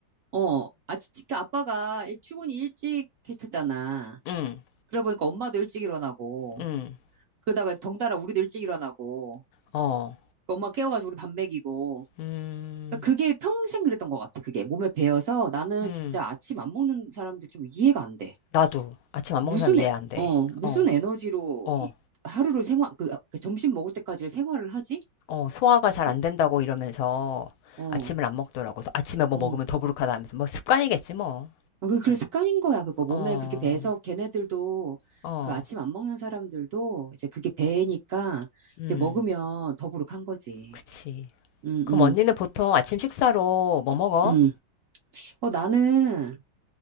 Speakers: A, on the right; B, on the left.
A: 어, 아, 진- 진짜 아빠가 일- 출근이 일찍 했었잖아.
B: 음,
A: 그러다 보니까 엄마도 일찍 일어나고,
B: 음.
A: 그러다가 덩달아 우리도 일찍 일어나고,
B: 어,
A: 그 엄마 깨워가지고 우리 밥 먹이고.
B: 음,
A: 그러니까 그게 평생 그랬던 것 같아, 그게. 몸에 배어서 나는
B: 음.
A: 진짜 아침 안 먹는 사람들 좀 이해가 안 돼.
B: 나도 아침 안
A: 무슨,
B: 먹는 사람 이해
A: 에,
B: 안 돼.
A: 어, 무슨
B: 어,
A: 에너지로
B: 어.
A: 이, 하루를 생활, 그, 그 점심 먹을 때까지 생활을 하지?
B: 어, 소화가 잘
A: 그,
B: 안 된다고 이러면서
A: 어,
B: 아침을 안 먹더라고. 그래서 아침에 뭐
A: 어.
B: 먹으면 더부룩하다 하면서 뭐 습관이겠지 뭐.
A: 아, 그, 그래, 습관인 거야, 그거. 몸에
B: 어,
A: 그렇게 배서 걔네들도
B: 어,
A: 그 아침 안 먹는 사람들도 이제 그게 배니까
B: 음,
A: 이제 먹으면 더부룩한 거지.
B: 그치.
A: 응,
B: 그럼
A: 응,
B: 언니는 보통 아침 식사로 뭐 먹어?
A: 응. 어, 나는,